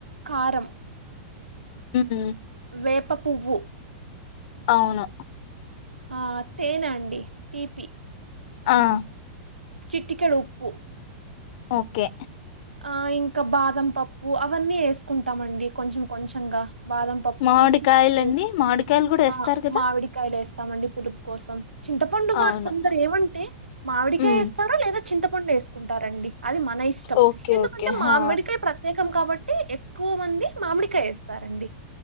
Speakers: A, on the right (about 80°); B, on the left (about 45°).
A: కారం
B: ఉఊ
A: వేప పువ్వు
B: అవును
A: ఆ తేనా అండి. తీపి
B: ఆ
A: చిట్టికెడు ఉప్పు.
B: ఓకే
A: ఆ ఇంకా బాదం పప్పు అవన్నీ వేసుకుంటాం అండి కొంచెం కొంచెంగా. బాదం పప్పు,
B: మామిడికాయలండి
A: కిస్మిసూ.
B: మామిడికాయలు కూడా ఏస్తారు
A: ఆ
B: కదా
A: మామిడికాయల్ ఏస్తామండి. పులుపు కోసం చింతపండు
B: అవును
A: కొందరు ఏమంటే మామిడికాయ
B: హ్మ్
A: వేస్తారా లేదా చింతపండు ఏసుకుంటారండి అది మన
B: ఓకే
A: ఎందుకొంటె
B: ఓకే
A: మామ్మిడికాయ్
B: హా
A: ప్రత్యేకం కాబట్ ట్టి ఎక్ క్కువ మందీ మామిడికాయ ఎస్ స్తారండి.